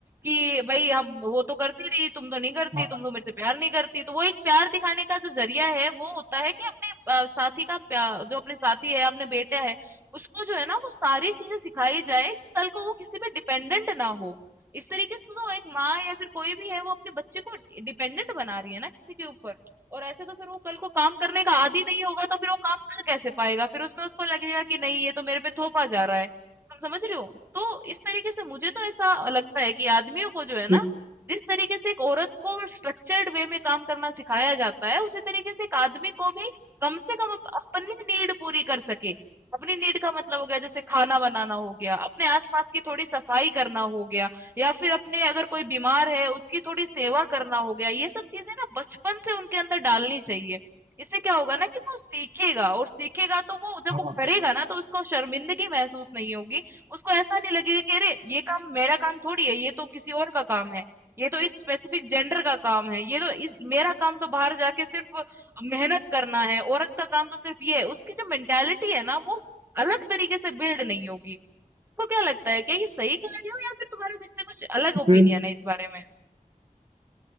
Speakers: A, on the right; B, on the right.
A: कि भाई हम वो तो करती रही तुम तो नहीं करती
B: हाँ
A: तुम तो मेरे से प्यार नहीं करती तो वो एक प्यार दिखाने का जो जरिया है वो होता है कि अपने अ, साथी का प्या- जो अपने साथी है अपने बेटा है उसको जो है ना वो सारी चीजें सिखाई जाए कि कल को वो किसी पे डिपेंडेंट ना हो इस तरीके से तो एक माँ या फिर कोई भी है वो अपने बच्चे को डिपेंडेंट बना रही है ना किसी के ऊपर और ऐसे तो फिर वो कल को काम करने का आदी नहीं होगा तो फिर वो काम कर कैसे पाएगा फिर उसमें उसको लगेगा कि नहीं ये तो मेरे पे थोपा जा रहा है तुम समझ रहे हो तो इस तरीके से मुझे तो ऐसा लगता है कि आदमियों को जो है
B: फिर-
A: ना जिस तरीके से एक औरत को स्ट्रक्चर्ड वे में काम करना सिखाया जाता है उसी तरीके से एक आदमी को भी कम से कम अप, अपनी नीड पूरी कर सके अपनी नीड का मतलब हो गया जैसे खाना बनाना हो गया अपने आसपास की थोड़ी सफाई करना हो गया या फिर अपने अगर कोई बीमार है उसकी थोड़ी सेवा करना हो गया ये सब चीजें ना बचपन से उनके अंदर डालनी चाहिए इससे क्या होगा ना कि वो सीखेगा और सीखेगा तो वो जब
B: हाँ
A: वो करेगा ना तो उसको शर्मिंदगी महसूस नहीं होगी उसको ऐसा नहीं लगेगा कि अरे ये काम मेरा काम थोड़ी है ये तो किसी और का काम है ये तो इस स्पेसिफिक जेंडर का काम है ये तो इस मेरा काम तो बाहर जाके सिर्फ मेहनत करना है औरत का काम तो सिर्फ ये है उसकी जो मेंटेलिटी है ना वो अलग तरीके से बिल्ड नहीं होगी आपको क्या लगता है क्या ये सही कह रही हूँ या फिर तुम्हारा इससे कुछ अलग ओपिनियन
B: फिर
A: है इस बारे में?